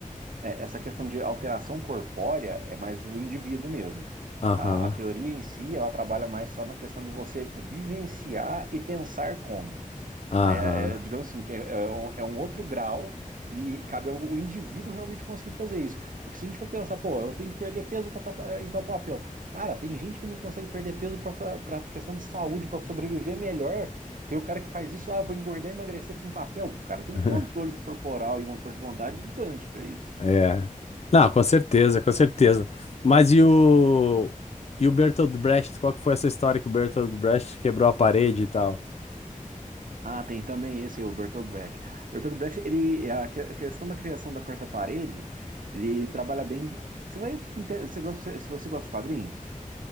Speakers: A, on the right; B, on the left.
A: É, essa questão de alteração corpórea é mais do indivíduo mesmo.
B: Aham,
A: A, a teoria em si, ela trabalha mais só na questão de você vivenciar e pensar como.
B: aham.
A: Aí, é, é, digamos assim, que é, é um, é um outro grau e cabe ao o indivíduo realmente conseguir fazer isso. Porque se a gente for pensar, pô, eu tenho que perder peso para entrar o papel. Cara, tem gente que não consegue perder peso para questão de saúde, para sobreviver melhor. Tem o cara que faz isso, ah, eu vou engordar e emagrecer para um papel. O cara tem
B: <laughs>
A: um controle corporal e uma força de vontade gigante para isso.
B: É. Não, com certeza, com certeza. Mas e o e o Bertolt Brecht, qual que foi essa história que o Bertolt Brecht quebrou a parede e tal?
A: Ah, tem também esse, o Bertolt Brecht. Bertolt Brecht, ele, a que- a questão da criação da quarta parede, ele trabalha bem. Você vai, inte- você gosta, se você gosta de quadrinhos,